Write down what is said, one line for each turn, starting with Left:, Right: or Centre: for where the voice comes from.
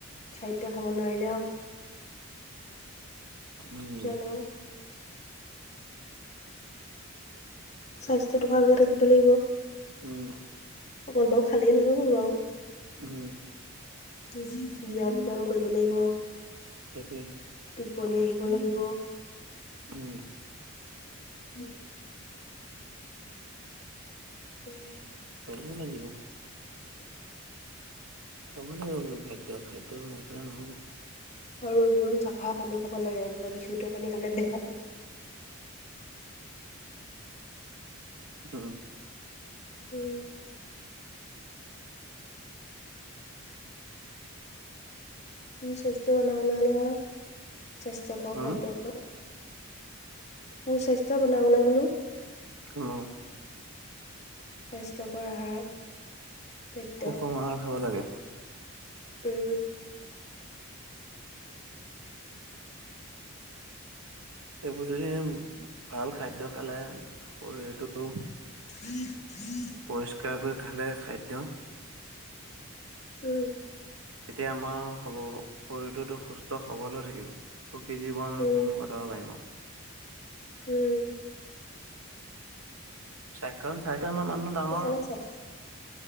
Left: খাদ্য খাব নোৱাৰিলেও
Right: উম
Left: মানুহৰ স্বাস্থ্যটো ভালকে থাকিব লাগিব
Right: উম।
Left: অকল বাৰু খালেই নহ'ব বাও।
Right: উম
Left: বিৰাম চিৰাম কৰিব লাগিব।
Right: তাকে।
Left: টোপনি আহিব লাগিব।
Right: উম
Left: উম এয়াই
Right: খাব লাগিব। খাব লাগিব বুলো খাদ্য খাদ্য নাখালে নহ'ব।
Left: আৰু এইবোন চাফা পানী খাব লাগে, এইবিলাক ইচু লোটা পানী খালে দেহাটো
Right: অহ
Left: উম মোৰ স্বাস্থ্য বনাবলৈ হ'লে আৱ স্বাস্থ্যকৰ
Right: উম
Left: খাদ্য খোৱা সুস্বাস্থ্য বনাবলৈ বোলো
Right: উম
Left: স্বাস্থ্যকৰ আহাৰ তথ্য
Right: সুষম আহাৰ খাব লাগে।
Left: উম
Right: এইবোৰ যদি ভাল খাদ্য খালে শৰীৰটো
Left: <unintelligible>
Right: পৰিষ্কাৰ কৰি খালে খাদ্য।
Left: উম
Right: তেতিয়া আমাৰ হ'ব শৰীৰটোতো সুস্থ সবল হৈ থাকিব। সুখী জীৱন
Left: উম
Right: আমি কটাব পাৰিম আৱ
Left: উম
Right: চা কাৰণ চাৰিটা মান মানুহ ডাঙৰ
Left: সেইকাৰণে চাই